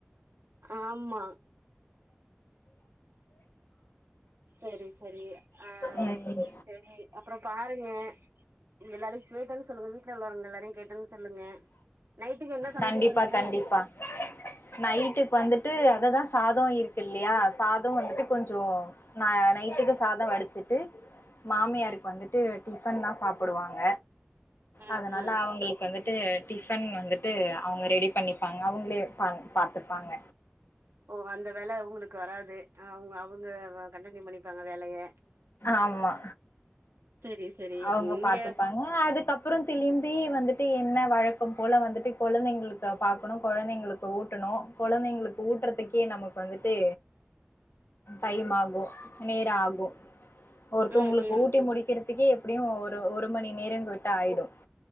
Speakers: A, on the right; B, on the left.
A: ஆமா செரி செரி ஆஹ்ம்
B: ம்
A: செரி அப்றோ பாருங்க எல்லாரையு கேட்டன் சொல்லுங்க வீட் ட்ல உள்ளவங்க எல்லாரையு கேட்டன் சொல்லுங்க நைட்டுக்கு என்ன சமைக்க
B: கண்டிப்பா
A: போறீங்க
B: கண்டிப்பா நைட்டுக் வந்துட்டு அதுதா சாத இருக்கு இல்லயா சாத வந்துட்டு கொஞ்ச நா நைட்டுக்கு சாத வடிச்சிட்டு மாமியாருக்கு வந்துட்டு டிஃபன் தா சாப்டுவாங்க
A: ஆ
B: அதனால
A: ஆ
B: அவங்களுக்கு வந்துட் டு டிஃபன் வந்துட் டு அவங்க ரெடி பண்ணிப்பாங்க அவங்ளே பண் பாத்துப்பாங்க
A: ஓ அந்த வேல உங்களுக்கு வராது அவங் அவங் அவ்ங்க கண்டனியு பண்ணிருக்காங்க வேலய
B: ஆம்மா
A: செரி செரி
B: அவ்ங்க
A: இங்க
B: பாத்துப்பாங்க அதுக்கப்ற திளிம்பி வந்துட் ட்டு என்ன வழக்கம் போல வந்துட்டு கொழந்தைங்களுக்கு பாக்கணு கொழந்தைங்களுக்கு ஊட்டணு கொழந்தைங்களுக்கு ஊட்றத்துக்கே நமக்கு வந்துட்டு டைம் ஆகு நேர ஆகு ஒருத்தவ்ங்களுக்கு
A: ம் ம் ம்
B: ஊட்டி முடிக்கிறத்துக்கே எப்டியு ஒரு ஒரு மணி நேரங் விட்டா ஆய்டு